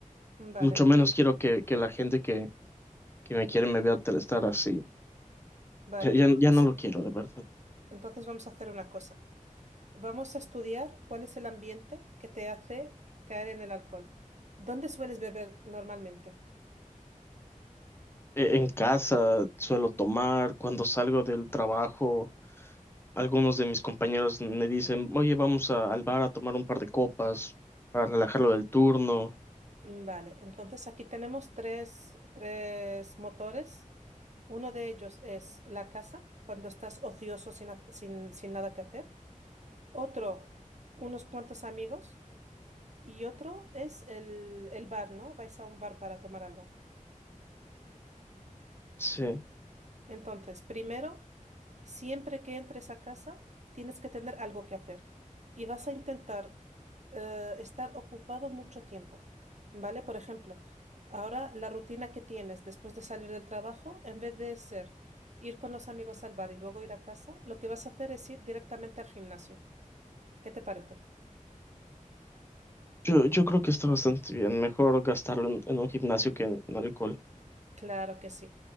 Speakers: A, on the right (about 55°); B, on the left (about 15°).
A: Vale,
B: Mucho
A: pues-
B: menos quiero que, que la gente que, que me quiere me vea ter- estar así.
A: vale.
B: Ya, ya,
A: pues,
B: ya no lo quiero, de verdad.
A: Entonces vamos a hacer una cosa. Vamos a estudiar cuál es el ambiente que te hace caer en el alcohol. ¿Dónde sueles beber normalmente?
B: E- En casa suelo tomar, cuando salgo del trabajo. algunos de mis compañeros me dicen, oye, vamos a- al bar a tomar un par de copas para relajarlo del turno.
A: Mm, Vale, entonces aquí tenemos tres, tres motores. Uno de ellos es la casa, cuando estás ocioso sin, ha- sin sin nada que hacer. Otro, unos cuantos amigos. Y otro es el, el bar, ¿no? Vais a un bar para tomar algo.
B: Sí,
A: Entonces, primero, siempre que entres a casa, tienes que tener algo que hacer. Y vas a intentar eh, estar ocupado mucho tiempo, ¿vale? Por ejemplo, ahora la rutina que tienes después de salir del trabajo, en vez de ser ir con los amigos al bar y luego ir a casa, lo que vas a hacer es ir directamente al gimnasio. ¿Qué te parece?
B: yo, yo creo que está bastante bien. Mejor gastarlo en, en un gimnasio que en, en alcohol.
A: Claro que sí.